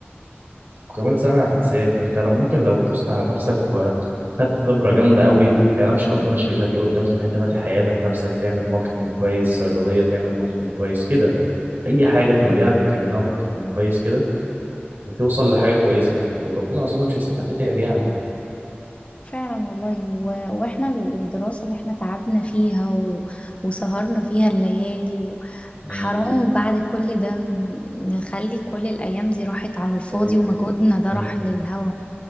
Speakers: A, on the right; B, on the left.
A: وكمان سنة هتتساب انت لو- ممكن لو دوست على نفسك وخدت خبرة جامدة قوي ما تعلمش ربنا شايل لك ايه قدام تروح انت فاتح عيادة لنفسك تعمل ماركتنج كويس صيدلية تعمل ماركتنج كويس كده اي حاجة في مجالك وتعمل لها ماركتنج كويس كده وتوصل لحاجة كويسة وربنا اظن مش هيسيب حد تعب يعني
B: فعلا والله و... واحنا الدراسة اللي احنا تعبنا فيها و... وسهرنا فيها الليالي و...
A: مم.
B: حرام بعد كل ده ن- نخلي كل الأيام دي راحت على الفاضي
A: طيب.
B: ومجهودنا ده
A: مم.
B: راح للهوا